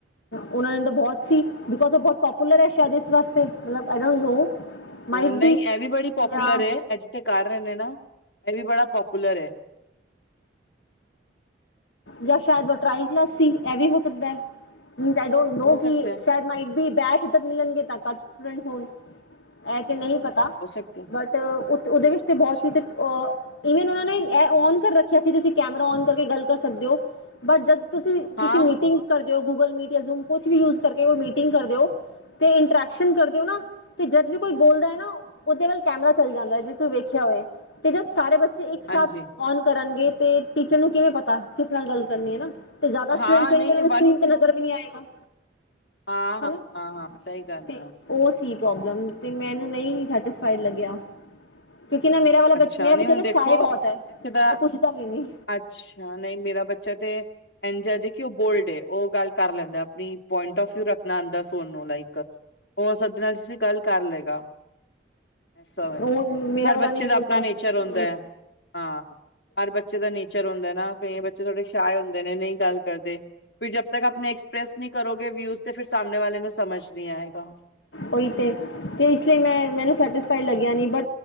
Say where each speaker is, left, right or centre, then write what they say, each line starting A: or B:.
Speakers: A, on the left (about 75°); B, on the left (about 60°).
A: ਉਹਨਾ ਦੇ ਬਹੁਤ ਸੀ, ਬਿਕੋਸ ਪੋਪੁਲਰ ਹੈ ਸ਼ਇਦ ਇਸ ਵਾਸਤੇ ਏ ਡੋਟ ਨੋ। ਮਾਈਟ
B: ਨਹੀਂ
A: ਬੀ
B: ਇਹ ਵੀ ਬੜੀ ਪੋਪੁਲਰ
A: ਜਾਂ
B: ਹੈ, ਇਹ ਜਿੱਥੇ ਕਰ ਰਹੇ ਨੇ, ਨਾ ਇਹ ਵੀ ਬੜਾ ਪੋਪੁਲਰ ਹੈ।
A: ਜਾਂ ਸ਼ਾਇਦ ਟਰਾਈ ਕਲਾਸ ਸੀ ਇਹ ਵੀ ਹੋ ਸਕਦਾ ਹੈ। ਮੀਨ ਆਈ ਡੋਂਟ ਨੋ
B: ਹੋ ਸਕਦਾ
A: <unintelligible>
B: ਹੈ
A: ਮਿਲਣਗੇ ਤਾਂ ਘੱਟ ਸਟੂਡੈਂਟਸ ਹੋਣ, ਇਹ ਤੇ ਨਹੀਂ ਪਤਾ
B: ਹੋ ਸਕਦਾ ਹੈ
A: ਬਟ ਉ ਉਹਦੇ ਵਿੱਚ ਤੇ
B: ਹਾਂਜੀ
A: ਬਹੁਤ ਹੀ ਅ ਈਵਨ ਉਹਨਾਂ ਨੇ ਇਹ ਓਨ ਕਰ ਰੱਖਿਆ ਸੀ ਤੁਸੀਂ ਕੈਮਰਾ ਓਨ ਕਰਕੇ ਗੱਲ ਕਰ ਸਕਦੇ ਹੋ। ਬਟ ਜਦ ਤੁਸੀਂ
B: ਹਾਂ
A: ਕਿਸ ਮੀਟਿੰਗ
B: ਹਾਂ
A: ਕਰਦੇ ਹੋ, ਗੂਗਲ ਮੀਟ ਜਾਂ ਜ਼ ਕੁਛ ਵੀ ਯੂ ਕਰਕੇ ਮੀਟਿੰਗ ਕਰਦੇ ਹੋ, ਤੇ ਇੰਟਰੈਕਸ਼ਨ ਕਰਦੇ ਹੋ ਨਾ, ਤੇ ਜਦ ਵੀ ਕੋਈ ਬੋਲਦਾ ਹੈ ਨਾ, ਉਹਦੇ ਵੱਲ ਕੈਮਰਾ ਚੱਲ ਜਾਂਦਾ ਹੈ, ਜਿਸ ਤੂੰ ਵੇਖਿਆ ਹੋਵੇ ਤੇ ਜਦ ਸਾਰੇ ਬੱਚੇ ਇੱਕ
B: ਹਾਂਜੀ
A: ਸਾਥ ਓਨ ਕਰਨਗੇ ਤੇ ਟੀਚਰ ਨੂੰ ਕਿਵੇਂ ਪਤਾ, ਕਿਸ ਨਾਲ ਗੱਲ ਕਰਨੀ ਹੈ। ਤੇ ਜ਼ਿਆਦਾ ਸਟੂਡੈਟਸ
B: ਹਾਂ
A: ਨੂੰ
B: ਨਹੀਂ
A: ਸਕਰੀਨ ਤੇ ਨਜ਼ਰ ਵੀ ਨਹੀਂ ਆਏਗਾ।
B: ਹਾਂ-ਹਾਂ-ਹਾਂ-ਹਾਂ
A: ਹਨਾ
B: ਸਹੀ ਗੱਲ
A: ਤੇ
B: ਹੈ।
A: ਉਹ ਸੀ ਪ੍ਰੋਬਲਮ, ਤੇ ਮੈਨੂੰ ਨਹੀਂ ਸੈਟਿਸਫਾਈਡ ਲੱਗਿਆ। ਕਿਉਂਕਿ ਨਾ ਮੇਰਾ ਵਾਲਾ
B: ਅੱਛਾ
A: ਮੇਰਾ
B: ਨਹੀਂ
A: ਬੱਚਾ
B: ਹੁਣ
A: ਤਾਂ
B: ਦੇਖੋ
A: ਸ਼ਾਇ ਹੀ ਬਹੁਤ ਹੈ,
B: ਇੱਥੇ ਦਾ
A: ਉਹ ਪੁੱਛਦਾ ਵੀ ਨੀ।
B: ਅੱਛਾ, ਨਹੀਂ ਮੇਰਾ ਬੱਚਾ ਤੇ, ਇੰਝਾ ਜੇ ਕਿ ਉਹ ਬੋਲਡ ਉਹ ਗੱਲ ਕਰ ਲੈਂਦਾ। ਪੁਆਇੰਟ ਔਫ ਵਿਊ ਰੱਖਣਾ ਆਉਂਦਾ ਸਣਨ ਨੂੰ ਲਾਈਕ। ਉਹ ਸਭਦੇ ਨਾਲ ਤੁਸੀਂ ਗੱਲ ਕਰ ਲਏਗਾ। ਐਸਾ ਹੋਏ
A: ਉਹ ਮੇਰਾ
B: ਹਰ
A: ਵਾਲਾ ਨਹੀਂ
B: ਬੱਚੇ ਦਾ
A: ਬੋਲਦਾ
B: ਆਪਣਾ ਨੇਚਰ ਹੁੰਦਾ
A: ਹਾਂ
B: ਹੈ, ਹਾਂ ਹਰ ਬੱਚੇ ਦਾ ਨੇਚ ਚਲੋ ਹੁੰਦਾ ਨਾ, ਕਈ ਬੱਚੇ ਥੋੜੇ ਸ਼ਾਏ ਹੁੰਦੇ ਨੇ ਨਹੀਂ ਗੱਲ ਕਰਦੇ। ਫਿਰ ਜਦ ਤੱਕ ਆਪਣੇ ਐਕਸਪ੍ਰੈਸ ਨਹੀਂ ਕਰੋਗੇ ਵਿਊਜ਼ ਤੇ ਫਿਰ ਸਾਹਮਣੇ ਵਾਲੇ ਨੂੰ ਸਮਝ ਨੀ ਆਏਗਾ।
A: ਉਹੀ ਤੇ, ਤੇ ਇਸ ਲਈ ਮੈਂ ਮੈਨੂੰ ਸੈਟਿਸਫਾਈ ਲੱਗਿਆ ਨੀ ਬ